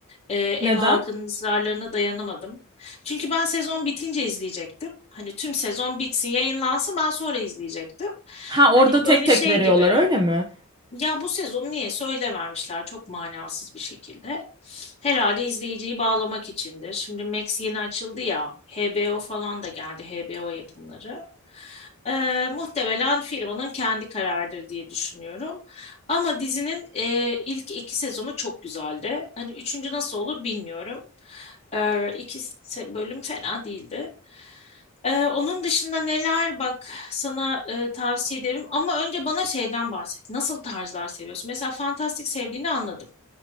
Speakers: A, on the left (about 30°); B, on the right (about 20°).
A: e, ev
B: Neden?
A: halkının ısrarlarına dayanamadım. Çünkü ben sezon bitince izleyecektim. Hani tüm sezon bitsin, yayınlansın ben sonra izleyecektim.
B: Ha orada
A: Hani
B: tek
A: böyle
B: tek
A: şey
B: veriyorlar
A: gibi.
B: öyle mi?
A: Ya bu sezon niye söyle vermişler çok manasız bir şekilde. Herhalde izleyiciyi bağlamak içindir. Şimdi Max yeni açıldı ya. HBO falan da geldi. HBO yapımları. Ee, muhtemelen firmanın kendi kararıdır diye düşünüyorum. Ama dizinin e, ilk iki sezonu çok güzeldi. Hani üçüncü nasıl olur bilmiyorum. Ee, iki se- bölüm fena değildi. Ee, onun dışında neler bak sana e, tavsiye ederim ama önce bana şeyden bahset. Nasıl tarzlar seviyorsun? Mesela fantastik sevdiğini anladım.